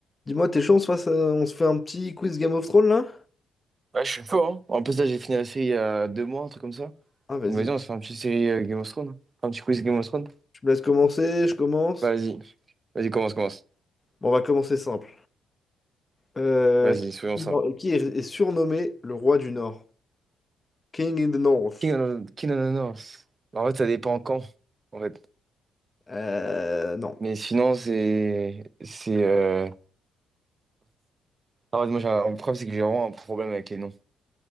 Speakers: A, on the left (about 25°); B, on the right (about 35°).
A: Dis-moi, t'es chaud, on se fasse, euh, on se fait un petit quiz Game of Thrones là?
B: Ouais, je suis chaud, hein. En plus, là, j'ai fini la série il y a deux mois, un truc comme ça.
A: Ah, vas-y.
B: Donc, vas-y, on se fait un petit série euh, Game of Thrones. Enfin, Un petit quiz Game of Thrones.
A: Tu me laisses commencer, je commence.
B: Vas-y. Vas-y, commence, commence.
A: Bon, on va commencer simple. Euh,
B: Vas-y, soyons simples.
A: qui est, est surnommé le roi du Nord? King in the North.
B: King of, King of Honors. En fait, ça dépend quand, en fait.
A: Euh, non.
B: Mais sinon, c'est... C'est... euh, En fait, moi, j'ai un problème, c'est que j'ai vraiment un problème avec les noms.